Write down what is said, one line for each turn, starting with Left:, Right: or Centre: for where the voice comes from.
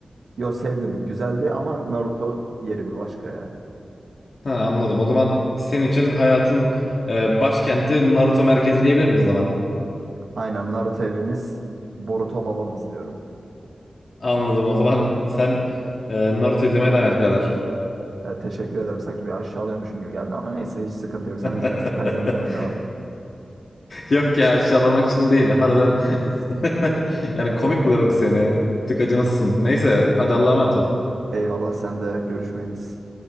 Right: Yo sevdim. Güzeldi ama Naruto yeri bir başka ya.
Left: Ha, anladım. O zaman senin için hayatın e, başkenti Naruto merkezi diyebilir miyiz o zaman?
Right: Aynen Naruto evimiz, Boruto babamız diyorum.
Left: Anladım. O zaman sen e, Naruto izlemeye devam et birader.
Right: Evet, teşekkür ederim. Sanki bir aşağılıyormuşum gibi geldi ama neyse hiç sıkıntı yok. Sen
Left: <laughs>
Right: de Jujutsu Kaisen izlemeye devam et.
Left: Yok ya aşağılamak için değil. Harbiden <laughs> yani komik buluyorum seni. Bir tık acınasın. Neyse hadi Allah'a emanet ol.
Right: Eyvallah sen de görüşmeyiz.